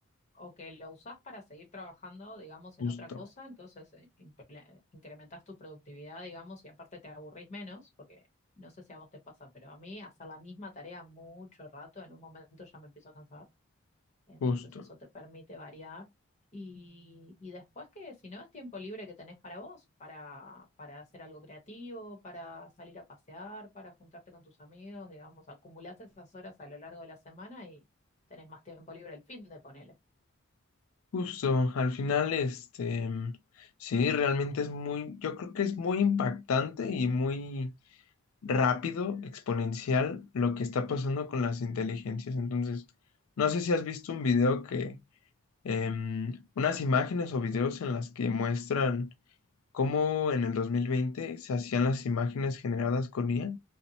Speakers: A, on the left (about 30°); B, on the left (about 75°).
A: o que lo usás para seguir trabajando, digamos,
B: Justo,
A: en otra cosa, entonces eh, imple- incrementás tu productividad, digamos, y aparte te aburrís menos, porque no sé si a vos te pasa, pero a mí hacer la misma tarea mucho rato, en un momento ya me empiezo a cansar, entonces
B: justo,
A: eso te permite variar. Y, y después que si no es tiempo libre que tenés para vos, para, para hacer algo creativo, para salir a pasear, para juntarte con tus amigos, digamos, acumulás esas horas a lo largo de la semana y tenés más tiempo libre el fin de ponerle.
B: justo. Al final, este, mm, sí, realmente es muy, yo creo que es muy impactante y muy rápido, exponencial lo que está pasando con las inteligencias. Entonces, no sé si has visto un video que em, unas imágenes o videos en las que muestran cómo en el 2020 se hacían las imágenes generadas con IA